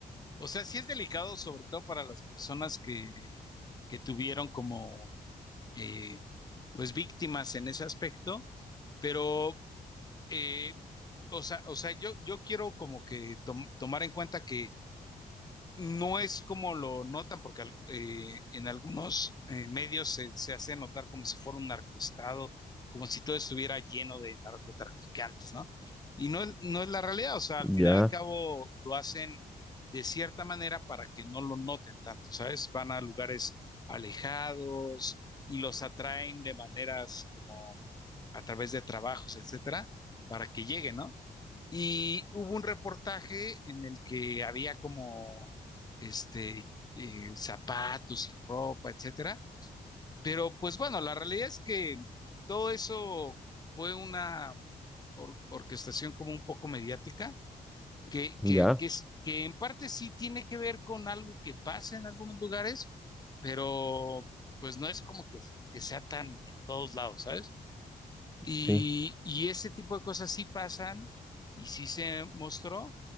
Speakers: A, on the left; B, in the centre.
A: O sea, sí es delicado, sobre todo para las personas que, que tuvieron como, eh, pues, víctimas en ese aspecto, pero, eh, o sea, o sea, yo, yo quiero como que tom- tomar en cuenta que no es como lo notan, porque eh, en algunos eh, medios se, se hace notar como si fuera un narcoestado, como si todo estuviera lleno de narcotraficantes, ¿no? Y no, es- no es la realidad, o sea, al final
B: Ya,
A: y al cabo lo hacen de cierta manera para que no lo noten tanto, ¿sabes? Van a lugares alejados y los atraen de maneras como a través de trabajos, etcétera, para que lleguen, ¿no? Y hubo un reportaje en el que había como este eh, zapatos y ropa, etcétera. Pero pues bueno, la realidad es que todo eso fue una or- orquestación como un poco mediática, que, que,
B: Ya.
A: que, es- que en parte sí tiene que ver con algo que pasa en algunos lugares, pero pues no es como que, que sea tan en todos lados, ¿sabes? Y,
B: sí.
A: y ese tipo de cosas sí pasan y sí se mostró,